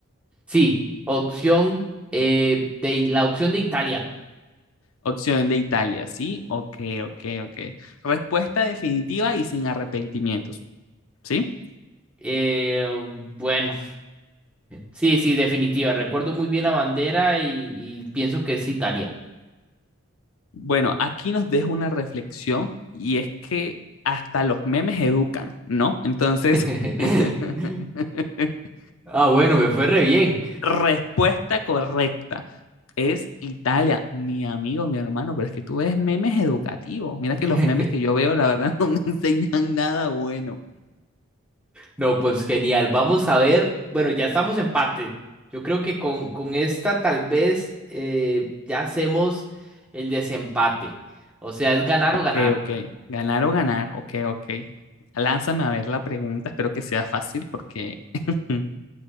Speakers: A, in the centre; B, on the left (about 80°).
A: sí, opción eh, de la opción de Italia.
B: Opción de Italia, ¿sí? Ok, ok, ok. Respuesta definitiva y sin arrepentimientos, ¿sí?
A: Eh, bueno, sí, sí, definitiva. Recuerdo muy bien la bandera y, y pienso que es Italia.
B: Bueno, aquí nos deja una reflexión y es que hasta los memes educan, ¿no? Entonces,
A: <laughs>
B: <laughs>
A: Ah, bueno, me fue re bien.
B: respuesta correcta es Italia, mi amigo, mi hermano, pero es que tú ves memes educativos. Mira que
A: <laughs>
B: los memes que yo veo, la verdad, <laughs> no me enseñan nada bueno.
A: No, pues genial. Vamos a ver. Bueno, ya estamos empate. Yo creo que con, con esta tal vez eh, ya hacemos el desempate. O sea, es ganar
B: Ok,
A: o ganar.
B: ok. Ganar o ganar. Ok, ok. Lánzame a ver la pregunta. Espero que sea fácil porque <laughs>